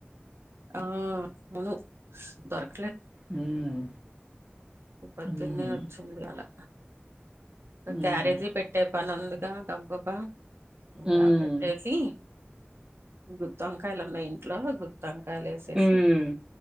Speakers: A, on the right (about 75°); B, on the right (about 20°).
A: ఆ అవును దొరక
B: ఉమ్
A: ఇ పొద్దున్నే
B: ఉమ్
A: ఒచ్చింది అలా. క్యారేజీ
B: ఉహు
A: పెట్టే పని ఉందిగా, గబగబా.
B: ఉమ్
A: కాగ పెట్టేసి గుత్తొంకాయ్ కాయలు ఉన్నయ్ ఇంట్లో గుత్తొంకాయలు, వేసేసి
B: ఉమ్